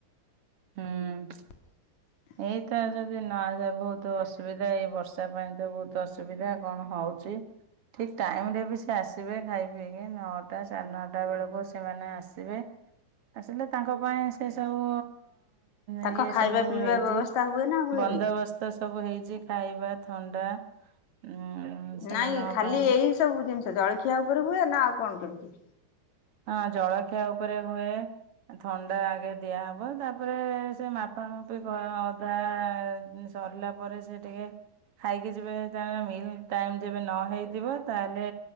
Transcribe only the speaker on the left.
<inaudible>
ତାଙ୍କ
ଖାଇବା
ପିଇବା
ବ୍ୟବସ୍ଥା ହୁଏ ନା ହୁଏନି?
ନାଇଁ ଖାଲି
ଏଇ ସବୁ ଜିନିଷ ଜଳଖିଆ ଉପରେ ହୁଏ ନା ଆଉ କଣ କେମତି?